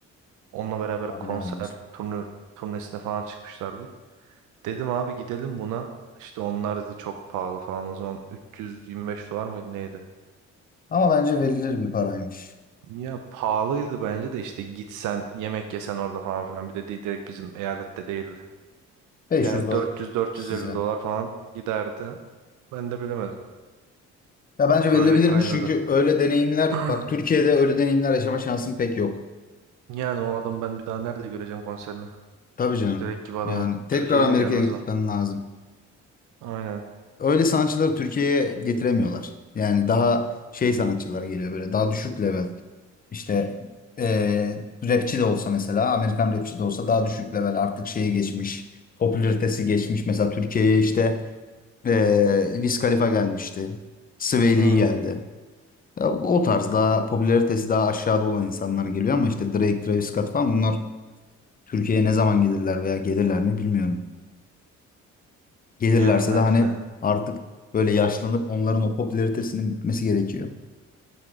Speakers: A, on the right; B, on the left.
A: Onunla beraber
B: Vallahi
A: konser
B: Bilemedim ismini.
A: turnu, turnesine falan çıkmışlardı. Dedim abi gidelim buna. İşte onlar dedi çok pahalı falan. O zaman 325 dolar mıydı neydi?
B: Ama bence verilir bir paraymış.
A: Ya pahalıydı bence de işte gitsen yemek yesen orada falan filan. Bir de di- direkt bizim eyalette değildi.
B: 500
A: Yani
B: dolar
A: 400-450
B: size.
A: dolar falan giderdi. Ben de bilemedim.
B: Ya bence
A: Öyle
B: verilebilirmiş
A: kaynadı.
B: çünkü öyle deneyimler
A: <clears throat>
B: bak Türkiye'de öyle deneyimler yaşama şansın pek yok.
A: Yani o adam ben bir daha nerede göreceğim konserini?
B: Tabii canım.
A: Direkt gibi adamın.
B: Yani tekrar
A: Türkiye'ye
B: Amerika'ya
A: de gelmez
B: gitmen
A: o.
B: lazım.
A: Aynen.
B: Öyle sanatçıları Türkiye'ye getiremiyorlar. Yani daha şey sanatçılar geliyor böyle daha düşük level. İşte eee rapçi de olsa mesela Amerikan rapçi de olsa daha düşük level artık şeye geçmiş. Popülaritesi geçmiş. Mesela Türkiye'ye işte eee Wiz Khalifa gelmişti. Sway
A: Hmm.
B: Lee geldi. Ya o tarz daha popülaritesi daha aşağıda olan insanlar geliyor ama işte Drake, Travis Scott falan onlar Türkiye'ye ne zaman gelirler veya gelirler mi bilmiyorum. Gelirlerse
A: Yani bence
B: de hani
A: de.
B: artık böyle yaşlanıp onların o popülaritesinin bitmesi gerekiyor.